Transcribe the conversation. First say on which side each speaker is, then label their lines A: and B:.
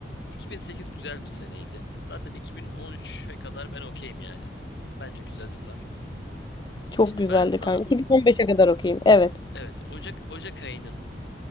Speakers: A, on the left; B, on the left.
A: 2008 güzel bir seneydi. Zaten 2013'e kadar ben okeyim yani. Bence güzel yıllar.
B: Çok
A: Şimdi
B: güzeldi
A: ben sana
B: kanka. 2015'e kadar okuyayım. Evet.
A: evet Ocak Ocak ayının